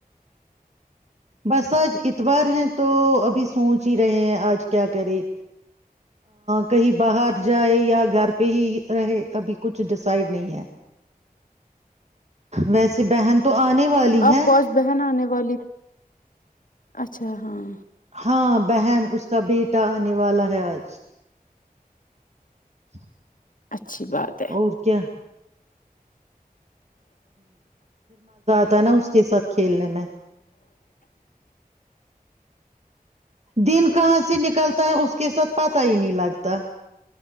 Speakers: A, on the right; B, on the left.
A: بس آج اتوار ہے تو ابھی سوچ ہی رہے ہیں آج کیا کرے کہیں باہر جائے یا گھر پہ ہی رہے ابھی کچھ ڈسائڈ نہیں ہے ویسے بہن تو آنے والی
B: آپ
A: ہے
B: کو آج بہن آنے والی اچھا ہاں
A: ہاں بہن اس کا بیٹا آنے والا ہے آج سہی
B: اچھی بات ہے
A: اور کیا تا نا اس کے ساتھ کھیلنے میں دن کہاں سے نکلتا ہے اس کے ساتھ پتا ہی نہیں لگتا